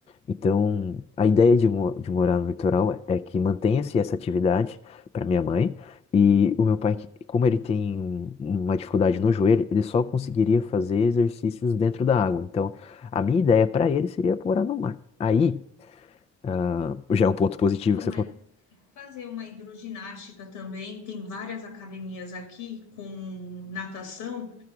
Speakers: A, on the left; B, on the left.
A: Então, a ideia de, mo- de morar no litoral é, é que mantenha-se essa atividade para minha mãe. E o meu pai, que- como ele tem uma dificuldade no joelho, ele só conseguiria fazer exercícios dentro da água. Então, a minha ideia para ele seria morar no mar. Aí, ah, já é um ponto positivo
B: Fazer
A: que
B: uma,
A: você falou.
B: fazer uma hidroginástica também, tem várias academias aqui com natação.